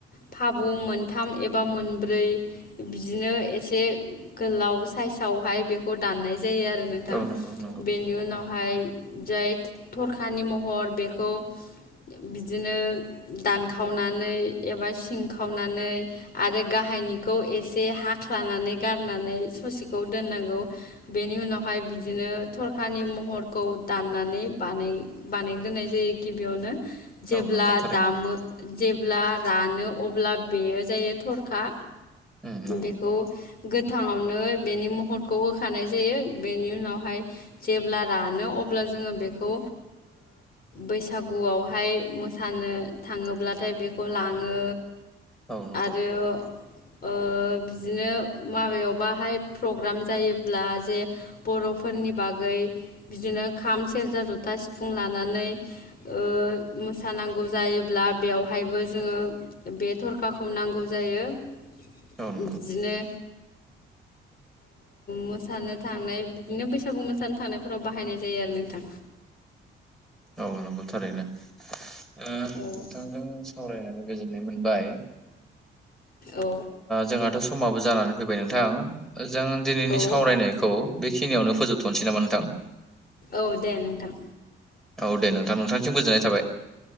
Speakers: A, on the left; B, in the centre.
A: फाबु मोनथाम एबा मोनब्रै बिदिनो एसे गोलाव साइसावहाय बेखौ दाननाय जायो। जायो आरो नोंथां
B: औ नंगौ नंगौ
A: बेनि उनाव फाय जाय थरखानि महर बेखौ बिदिनो दानखावनानै एबा सिं खावनानै आरो गाहायनिखौ एसे हाख्लानानै गार नानै ससेखौ दोननांगौ बेनि उनावहाय बिदिनो थरखानि महरखौ दाननानै बानाय बानायग्रोनाय जायो गिबियावनो जेब्ला
B: औ नंगौ थारैनो
A: दामो जे अब्ला रानो अब्ला बेयो जायो थरखा
B: उम नंगौ
A: बेखौ गोथाङावनो बेनि महरखौ होखानाय जायो बेनि उनावहाय जेब्ला रानो अब्ला जोङो बेखौ बैसागुआवहाय मोसानो थाङोब्लाथाय बेखौ लाङो
B: औ नंगौ
A: आरो ओ बिदिनो माबायावबाहाय प्रग्राम जायोब्ला जे बर'फोरनि बागै बिदिनो खाम सेरजा जथा सिफुं लानानै ओ मोसानांगौ जायोब्ला बेवहायबो जोङो बे थरखाखौ नांगौ जायो बिदिनो
B: औ नंगौ
A: मोसानो थांनाय बिदिनो बैसागु मोसानो थांनायफोराव बाहायनाय जायो आरो नोंथां
B: औ नंगौ थारैनो। नोंथांजों
A: नोंथां
B: सावरायनाय गोजोननाय मोनबाय
A: औ
B: जोंहाथ समाबो जानानै फैबाय नोंथां जों दिनैनि
A: औ
B: सावरायनायखौ बेखिनियावनो फोजोबथनोसै नामा नोंथां
A: औ दे नोंथां
B: औ दे नोंथां नोंथांनिसिम गोजोननाय थाबाय।